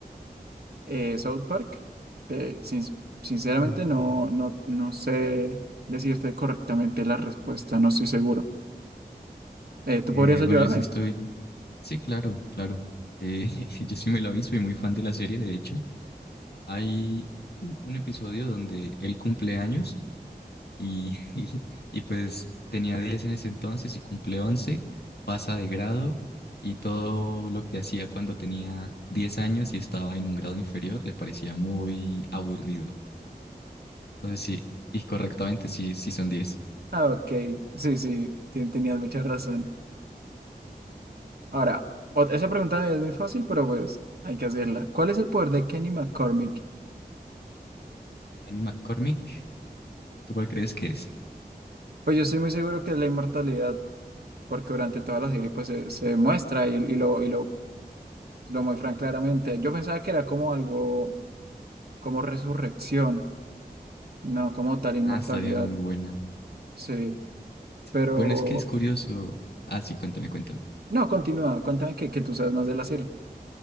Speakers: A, on the right; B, on the left.
A: eh, South Park. Te- sin- sinceramente
B: Ah, ok.
A: no, no, no sé decirte correctamente la respuesta, no estoy seguro. Eh, ¿tú
B: Eh,
A: podrías ayudarme?
B: bueno, yo sí estoy... Sí, claro, claro. Eh, <laughs> yo sí me la vi, soy muy fan de la serie, de hecho. Hay un episodio donde él cumple años Y, <laughs> y pues tenía 10 en ese entonces y cumple once pasa de grado y todo lo que hacía cuando tenía 10 años y estaba en un grado inferior le parecía muy aburrido. Entonces sí, y correctamente sí, sí son diez
A: Ah, ok, sí, sí, ten- tenías mucha razón. Ahora, ot- esa pregunta es muy fácil, pero pues hay que hacerla. ¿Cuál es el poder de Kenny McCormick?
B: Jenny McCormick, ¿tú cuál crees que es?
A: Pues yo estoy muy seguro que es la inmortalidad, porque durante toda la serie pues se, se muestra y, y lo, y lo Lo muestran claramente. Yo pensaba que era como algo, como resurrección, no como tal inmortalidad.
B: Ah, estaría muy buena.
A: Sí, pero
B: Bueno, es que es curioso. Ah, sí, cuéntame, cuéntame.
A: no, continúa, cuéntame que, que tú sabes más de la serie.